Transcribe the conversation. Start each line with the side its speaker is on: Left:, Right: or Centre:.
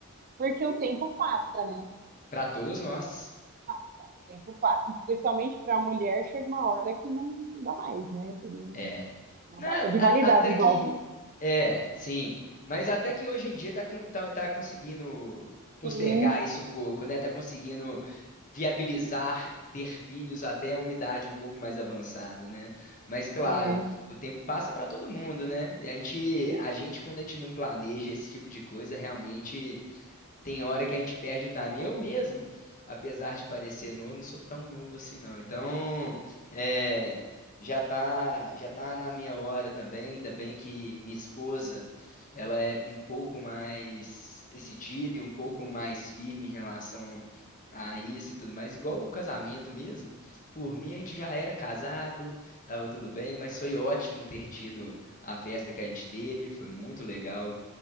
Right: Porque o tempo passa, né?
Left: Pra todos nós.
Right: Passa, o tempo passa. Especialmente para a mulher, chega uma hora que não dá mais, né? Tem
Left: É.
Right: uma
Left: Né,
Right: data de
Left: a-
Right: validade
Left: até
Right: dos
Left: que.
Right: óvulos.
Left: É, sim. Mas até que hoje em dia tá, com, tá, tá conseguindo postergar
Right: Sim,
Left: isso um pouco, né? Tá conseguindo viabilizar ter filhos até uma idade um pouco mais avançada, né? Mas claro,
Right: é,
Left: o tempo passa para todo mundo, né? E a gente, a gente, quando a gente não planeja esse tipo de coisa, realmente. Tem hora que a gente perde o time. Eu mesmo, apesar de parecer novo, não sou tão novo assim, não. Então, é, já tá, já tá na minha hora também. Ainda bem que minha esposa, ela é um pouco mais decidida e um pouco mais firme em relação a isso e tudo mais. Igual o casamento mesmo. Por mim, a gente já era casado, tava tudo bem, mas foi ótimo ter tido a festa que a gente teve. Foi muito legal